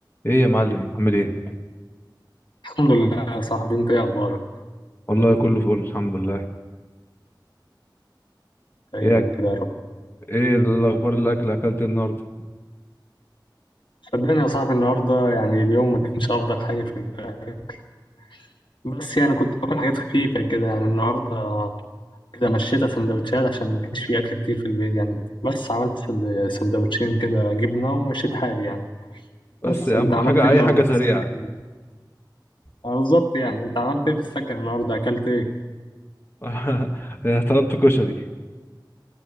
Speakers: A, on the left; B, on the left.
A: ايه يا معلم عامل ايه
B: الحمد لله يا صاحبي انت ايه اخبارك
A: والله كله فل الحمد لله
B: دايما
A: ايه أك...
B: كده يا رب
A: ايه الاخبار الاكل اكلت إيه النهارده
B: صدقني يا صاحبي النهارده يعني اليوم ما كانش افضل حاجه في الاكل بس يعني كنت باكل حاجات خفيفه كده يعني النهارده كده مشيت سندوتشات عشان ما كانش في اكل كتير في البيت يعني بس عملت سند- سندوتشين كده جبنه ومشيت حالي يعني
A: بس
B: بس
A: يا
B: انت
A: عم
B: عملت
A: حاجه
B: ايه
A: اي
B: النهارده
A: حاجه
B: في
A: سريعه
B: السكن اه بالظبط يعني انت عملت ايه في السكن النهارده اكلت ايه
A: <laughs> طلبت كشري